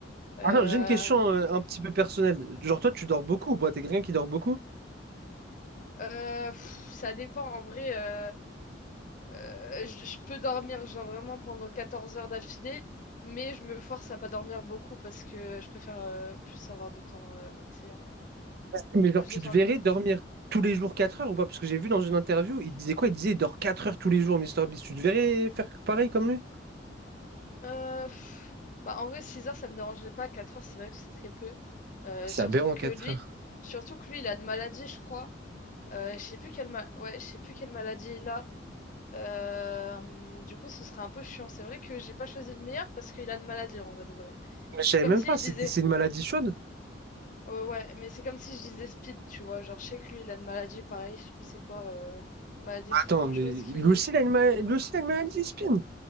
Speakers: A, on the left; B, on the right.
A: Euh,
B: Ah non, j'ai une question euh, un petit peu personnelle. Genre toi, tu dors beaucoup ou pas? T'es quelqu'un qui dort beaucoup?
A: euh, pff, ça dépend. En vrai, euh, euh, je, je peux dormir, genre vraiment pendant 14 heures d'affilée. Mais je me force à pas dormir beaucoup parce que je préfère euh, plus avoir de temps, euh, tu sais, en-
B: Mais genre,
A: plus
B: tu
A: de temps
B: te verrais
A: libre.
B: dormir tous les jours 4 heures ou pas? Parce que j'ai vu dans une interview, il disait quoi? Il disait il dort 4 heures tous les jours, Mister Beast. Tu te verrais faire pareil comme lui?
A: Euh, pff, bah, en vrai, 6 heures, ça me dérangerait pas. quatre heures, c'est vrai que c'est très peu. Euh,
B: C'est
A: surtout
B: aberrant
A: que
B: 4
A: lui,
B: heures.
A: surtout que lui, il a une maladie, je crois. Euh, je sais plus quelle ma- ouais, je sais plus quelle maladie il a. Euh, du coup, ce serait un peu chiant. C'est vrai que j'ai pas choisi le meilleur parce qu'il a une maladie en vrai de vrai.
B: Mais Je
A: C'est
B: savais
A: comme
B: même
A: si
B: pas,
A: je
B: c'était,
A: disais,
B: c'est une maladie chaude.
A: ouais, ouais, mais c'est comme si je disais Speed, tu vois. Genre, je sais que lui, il a une maladie, pareil, je sais plus c'est quoi, euh, maladie très
B: Attends,
A: dangereuse
B: mais lui
A: qui,
B: aussi, il a une, ma- lui aussi, il a une maladie, Spin.